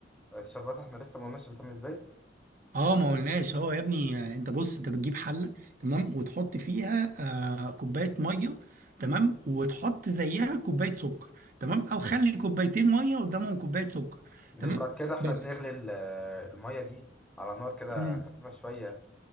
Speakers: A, in the centre; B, on the right (about 45°).
A: الشربات احنا لسه ما قلناش بتعمل ازاي
B: اه ما قلناش هو يا ابني آه، انت بص انت بتجيب حله تمام وتحط فيها آه كوبايه ميه تمام وتحط زيها كوبايه سكر تمام او خلي كوبايتين ميه قدامهم كوبايه سكر
A: مش
B: تمام
A: بعد كده احنا
B: بس
A: بنغلي ال- المية دي على نار كده
B: مم.
A: خفيفة شوية